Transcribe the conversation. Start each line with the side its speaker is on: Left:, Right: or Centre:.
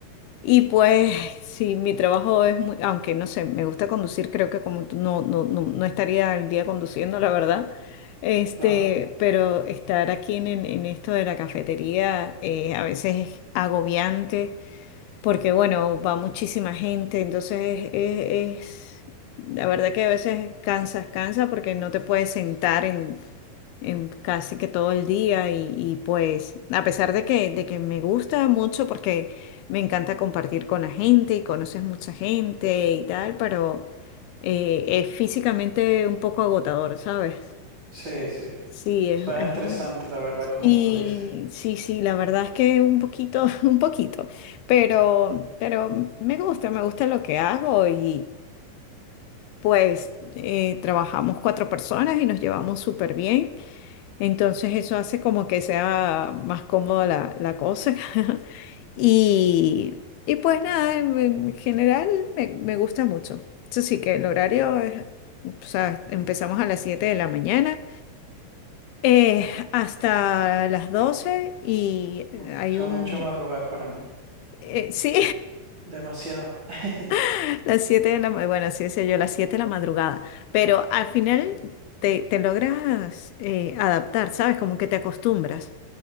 Left: y pues sí, mi trabajo es muy, aunque no sé, me gusta conducir, creo que como tú, no, no, no, no estaría el día conduciendo, la verdad. Este,
Right: claro.
Left: pero estar aquí en, en- en esto de la cafetería eh, a veces es agobiante porque, bueno, va muchísima gente, entonces es, es- la verdad que a veces cansas, cansa porque no te puedes sentar en casi que todo el día y, y, pues a pesar de que, de que me gusta mucho porque me encanta compartir con la gente y conoces mucha gente y tal, pero eh, es físicamente un poco agotador, ¿sabes?
Right: Sí, sí.
Left: Sí, es,
Right: Suena
Left: es
Right: estresante,
Left: un...
Right: la verdad, como
Left: Sí,
Right: me lo dices.
Left: sí, sí, la verdad es que un poquito, <laughs> un poquito, pero, pero me gusta, me gusta lo que hago y pues eh, trabajamos cuatro personas y nos llevamos súper bien. Entonces eso hace como que sea más cómoda la, la cosa. <laughs> Y, y pues nada, en, en general me, me gusta mucho. Eso sí que el horario es, o sea, empezamos a las 7 de la mañana eh, hasta las 12 y
Right: Uf,
Left: hay
Right: eso
Left: un...
Right: es mucho madrugar para mí.
Left: eh, sí,
Right: Demasiado. <laughs>
Left: <laughs> las 7 de la... ma- Bueno, así decía yo, las 7 de la madrugada. Pero al final te, te logras eh, adaptar, ¿sabes? Como que te acostumbras.